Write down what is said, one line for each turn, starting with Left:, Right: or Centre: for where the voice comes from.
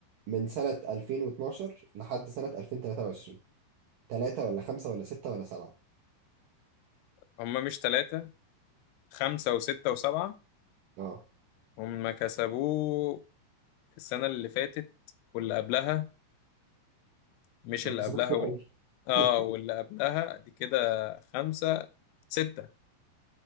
Right: من سنة 2012 لحد سنة 2023 ثلاثة ولا خمسة ولا ستة ولا سبعة
Left: هما مش ثلاثه خمسه وسته وسبعه
Right: اه
Left: هما كسبوه السنة اللي فاتت واللي قبلها مش
Right: ما
Left: اللي
Right: كسبوا
Left: قبلها
Right: كتير
Left: وال...
Right: قوي
Left: اه
Right: <laughs>
Left: واللي قبلها دي كده خمسة ستة